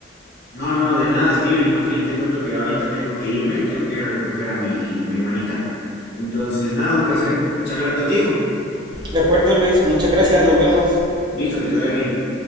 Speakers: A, on the left; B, on the right.
A: No, no, de nada, Steven, y más bien te cuento que ahorita tengo que irme, tengo que ir a recoger a mi, a mi hermanita. Entonces, nada, un placer charlar contigo.
B: De acuerdo, Luis. Muchas gracias. Nos vemos.
A: Listo, que te vaya bien.